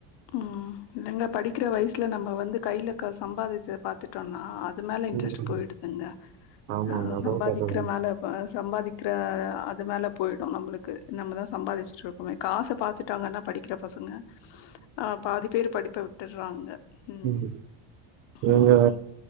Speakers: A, on the left; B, on the right.
A: உம் இங்க படிக்கிற வயசுல நம்ம வந்து கையில சம்பாதிச்சத பாத்துட்டோம்னா அது. அது மேல இன்ட்ரெஸ்ட்
B: ம்
A: போயிடுதுங்க.
B: ஆமாங்க
A: அஹ
B: அதா
A: சம்பாதிக்கிற
B: கதவு
A: மேல சம்பாதிக்கிற அது மேல போயிடும் நம்மளுக்கு நம்மதா சம்பாதிச்சுட்டு இருக்கோமே காசு பாத்துட்டாங்கன்னா படிக்கிற பசங்க. ஆஹ பாதி பேர் படிப்ப விட். விட்டுறாங்க. ம்
B: உம் எங்க
A: ம்